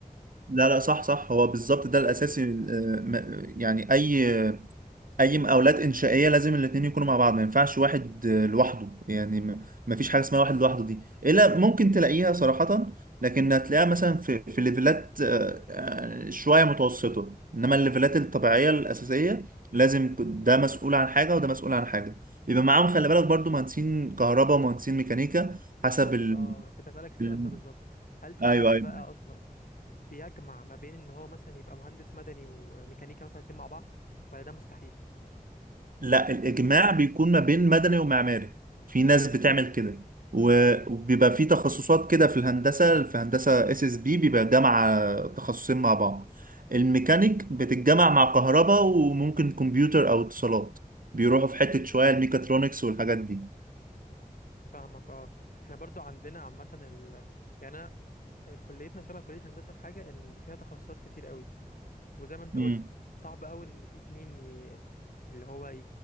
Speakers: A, on the right (about 60°); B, on the left (about 60°).
A: لا لا صح صح هو بالظبط ده الاساسي آه، م- يعني اي اي مقاولات انشائيه لازم الاتنين يكونوا مع بعض ما ينفعش واحد آه، لوحده يعني م- ما فيش حاجه اسمها واحد لوحده دي الا ممكن تلاقيها صراحه لكن هتلاقيها مثلا في في ليفلات آه، آه، شويه متوسطه انما الليفلات الطبيعيه الاساسيه لازم ده مسؤول عن حاجه وده مسؤول عن حاجه بيبقى معاهم خلي بالك برضو مهندسين كهرباء ومهندسين ميكانيكا
B: بالظبط
A: حسب ال...
B: اه أنا كنت اسالك السؤال
A: ال...
B: ده بالظبط هل في
A: ايوه
B: حد
A: ايوه
B: بقى اصلا بيجمع ما بين ان هو مثلا يبقى مهندس مدني وميكانيكا مثلا الاتنين مع بعض ولا ده مستحيل
A: لا الإجماع بيكون ما بين مدني ومعماري في ناس بتعمل كده و- وبيبقى في تخصصات كده في الهندسة في هندسة اس اس بي بيبقى جامعة تخصصين مع بعض الميكانيك بتتجمع مع كهرباء وممكن كمبيوتر أو اتصالات بيروحوا في حتة شوية الميكاترونكس والحاجات دي
B: فاهمك اه احنا برضو عندنا عامة ال... يعني انا آه، كليتنا شبه كلية هندسة في حاجة ان فيها تخصصات كتير قوي وزي ما انت
A: امم
B: قلت صعب قوي ان في اتنين ي... اللي هو ي...